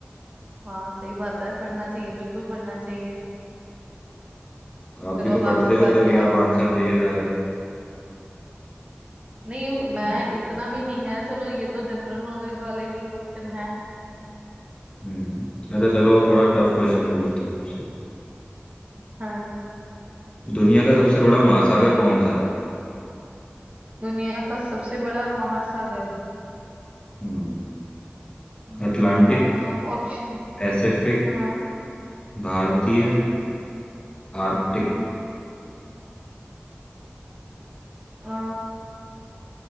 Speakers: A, on the right (about 30°); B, on the left (about 25°).
A: हाँ सही बात है पढ़ना चाहिए बिल्कुल पढ़ना चाहिए
B: आप
A: चलो
B: भी तो
A: अब आपकी
B: पढ़ते हो
A: बारी
B: तभी
A: है आप
B: आप
A: पूछ
B: आंसर दिए जा रहे हो
A: नहीं मैं
B: हम्म
A: इतना भी नहीं है चलो ये तो जनरल नॉलेज वाले ही क्वेश्चन है
B: हम्म। अच्छा चलो थोड़ा टफ क्वेश्चन
A: हाँ
B: पूछता हूँ आपसे
A: हाँ
B: दुनिया का सबसे बड़ा महासागर कौन सा है
A: दुनिया का सबसे बड़ा महासागर
B: हम्म
A: हम्म
B: अटलांटिक
A: ऑप्शन
B: पैसिफिक
A: हाँ
B: भारतीय
A: हम्म
B: आर्कटिक
A: हम्म अ,